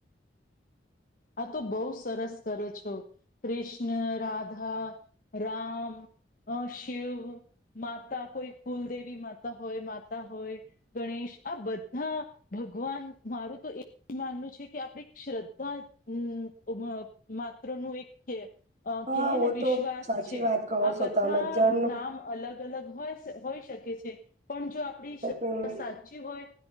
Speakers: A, on the right; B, on the left.
A: <inaudible>
B: આ તો બહુ સરસ કરે છો. કૃષ્ણ, રાધા, રામ, અ, શિવ, માતા, કોઈ કુલદેવી માત તા હોય, માતા હોય, ગણેશ આ બધા ભગવાન, મારું તો એ જ માનવું છે કે આપડે શ્રદ્ધા જ અં માત્ર નું એક કે અ
A: હા
B: કેહે
A: વો
B: ને વિશ્વાસ
A: તો સાચી
B: છે,
A: વાત કહો
B: આ
A: છો
B: બધા
A: તમે જન્મ
B: નામ અલગ અલગ હો સ, હોય શકે છે, પણ જો આપણી
A: સાચી
B: સ સા ચી હોય